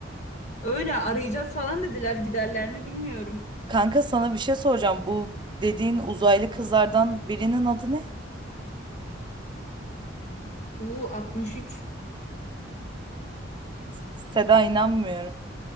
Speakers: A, on the left; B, on the right.
A: Öyle arayacağız falan dediler giderler mi bilmiyorum.
B: Kanka sana bir şey soracağım. Bu dediğin uzaylı kızlardan birinin adı ne?
A: U 63
B: Seda inanmıyorum.